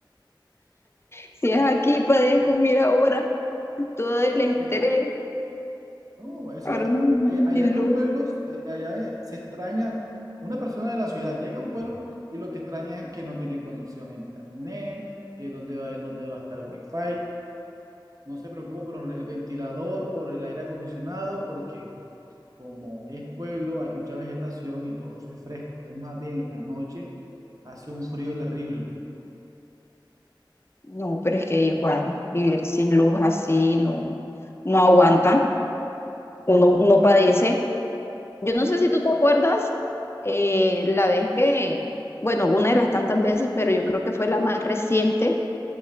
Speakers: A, on the left; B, on the right.
A: Si es aquí, padezco, mira ahora, todo el
B: No,
A: estrés.
B: es No, eso,
A: Ahora más
B: eh, allá
A: sin
B: en
A: luz.
B: los pueblos, eh, allá eh, se extraña, una persona de la ciudad llega a un pueblo y lo que extraña es que no tiene conexión a internet, que dónde va, dónde va a estar el wifi, no se preocupa por el ventilador, por el aire acondicionado, porque como es pueblo, hay mucha vegetación y todo eso es fresco. Es más bien en la noche hace un frío terrible.
A: No, pero es que igual vivir sin luz así no, no aguanta, uno, uno padece. Yo no sé si tú te acuerdas eh, la vez que, bueno, una de las tantas veces, pero yo creo que fue la más reciente